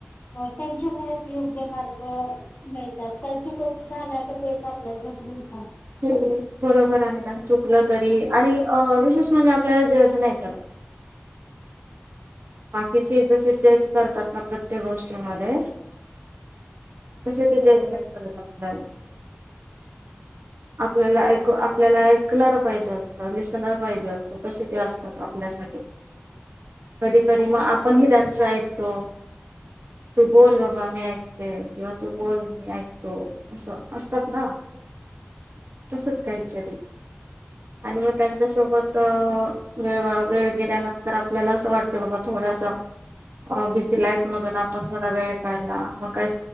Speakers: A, on the left; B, on the right.
A: त्यांच्यामुळेच योग्य मार्ग मिळतात काही चुक झाल्या तर ते आपल्या <unintelligible>
B: हो बरोबर आहे ना, चुकलं तरी आणि अ विशेष म्हणजे आपल्याला जज नाही करत. बाकीचे जसे जज करतात ना प्रत्येक गोष्टी मध्ये तशे ते जज
A: बरोबर
B: नाही करत आपल्याला. आपल्याला अ क् आपल्याला ऐकणार पाहिजे असतं, लिसनर पाहिजे असतं तसे ते असतात आपल्यासाठी. कधी कधी मग आपण
A: बरोबर
B: ही त्यांचं ऐकतो. तू बोल बाबा मी ऐकते किंवा तू बोल मी ऐकतो. असं, असतात ना तसंच काय तरी आणि मग त्यांच्या सोबत अ वेळ वेळ गेल्यानंतर आपल्याला असं वाटते बाबा थोडं असं अ बी जी लाईफ मधून आपण थोडा वेळ काढला, मग काय